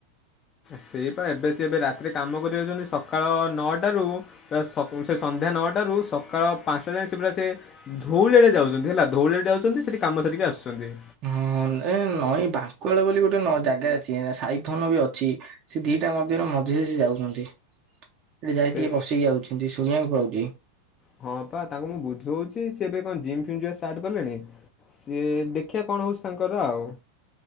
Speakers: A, on the left (about 35°); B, on the right (about 45°).
A: ସେଇପା ଏବେ ସେ ଏବେ ରାତିରେ କାମ କରି ବାକୁ ଯାଉଛନ୍ତି ସକାଳ ନଅଟାରୁ। ପୁରା ସ ସେ ସନ୍ଧ୍ୟା ନଅଟାରୁ ସକାଳ ପାଞ୍ଚଟା ଯାଏ ସେ ପୁରା ସେ। ଧଉଳିରେ ଯାଉଛନ୍ତି ହେଲା ଧଉଳିରେ ଯାଉଛନ୍ତି ସେଠି କାମ ସାରିକି ଆସୁଛନ୍ତି।
B: ହଁ ଏ ନଈଁ ବାଙ୍କୁଆଳ ବୋଲି ଗୋଟେ ନ ଜାଗା ଅଛି ସାଇଫୋନ ବି ଅଛି। ସେ ଦିଟା ମଧ୍ୟରେ ମଝିରେ ସେ ଯାଉଛନ୍ତି। ସେଠି ଯାଇ
A: ସେ
B: ଟିକେ ବିସି କି ଆଉଛନ୍ତି ଶୁଣିବାକୁ ପାଉଛି।
A: ହଁ ପା ତାଙ୍କୁ ମୁଁ ବୁଝଉଛି ସିଏ ଏବେ କଣ ଜିମ୍ ଫିମ୍ ଯିବା ଷ୍ଟାର୍ଟ କଲେଣି। ସିଏ ଦେଖିବା କଣ ହଉଛି ତାଙ୍କର ଆଉ।